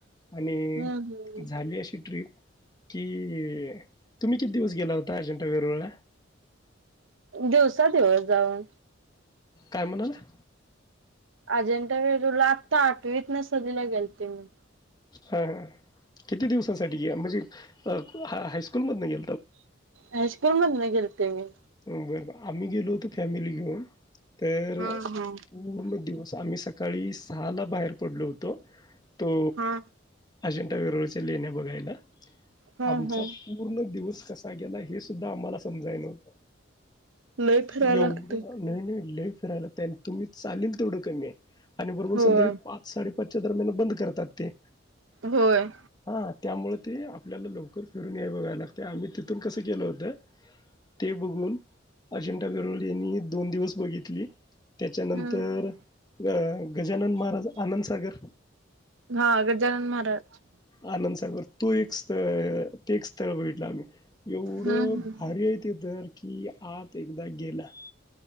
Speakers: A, on the left; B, on the right.
A: आणि
B: हम्म हम्म
A: झाली अशी ट्रीप कि तुम्ही किती दिवस गेला होता? अजंठा वेरुळला
B: दिवसा दिवस जाऊन
A: काय म्हणालां
B: अजंठा वेरूला आत्ता आठवीतन सलीला गेलते मी.
A: हा हा किती दिवसाांसाठी गे म्हणजे हायस्कूल मधन गे
B: हायस्कूल मधन गेलते मी
A: बर बर आम्ही गेलो होतो फॅमिली घिऊन तर
B: हा
A: अं
B: हा.
A: पूर्ण दिवस आम्ही सकाळी सहाला बाहेर पडलो होतो. तो
B: हा
A: अजंटा वेरूळच्या लेण्या बघायला
B: हा
A: आमचा
B: हा
A: पूर्ण दिवस कसा गेला हे सुद्धा आम्हाला समजाय नव्हतं.
B: लय फिरायला
A: एवढं,
B: लागतय
A: नाही नाही ल य फिरायला तुम्ही चालेल तेवढं कमीय आणि बरोबर
B: होय.
A: संध्याकाळी पाच साडे पाच च्या दरम्यान बंद करतात ते
B: होय
A: हा त्यामुळे ते आपल्याला लवकर फिरून याय बघाय लागतय, आम्ही तिथून कसं केलं होतं ते बघून अजंठा वेरूळ लेणी दोन दिवस बघितली त्याच्यानंतर
B: हम्म
A: अ गजानन महाराज आनंदसागर
B: हा गजानन महाराज
A: आनंदसागर तू एक स्थ ते एक स्थळं बघितलं आम्ही एवढं
B: हम्म हम्म
A: भारी हाय ते तर, की आत एकदा गेलां